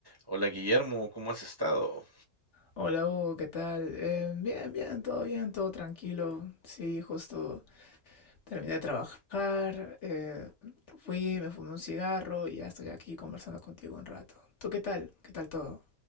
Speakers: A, on the right (about 20°); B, on the left (about 55°).
A: Hola Guillermo, ¿cómo has estado?
B: Hola Hugo, ¿qué tal? Eh, bien, bien, todo bien, todo tranquilo. Sí, justo terminé de trabajar, eh, fui, me fumé un cigarro y ya estoy aquí conversando contigo un rato. ¿Tú qué tal? ¿Qué tal todo?